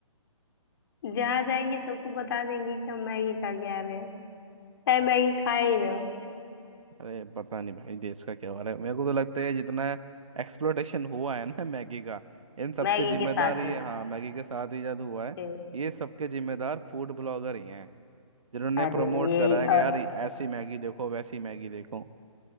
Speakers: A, on the left (about 45°); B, on the right (about 70°).
A: जहाँ जाएंगे सबको बता देंगे कि हम मैगी खा के आ रहे हैं चाहे मैगी खाए ही ना हो
B: अरे पता नहीं भाई देश का क्या हो रहा है मेरे को तो लगता है जितना एक्सप्लोटेशन हुआ है ना <laughs> मैगी का इन सब
A: मैगी
B: के जिम्मेदार
A: के साथ
B: ये
A: ही हो
B: हाँ मैगी के साथ ही जादू हुआ है
A: ए,
B: ये सबके जिम्मेदार फूड ब्लॉगर ही हैं जिन्होंने
A: अरे
B: प्रमोट
A: ये
B: करा है कि
A: और
B: यार ऐसी मैगी देखो वैसी मैगी देखो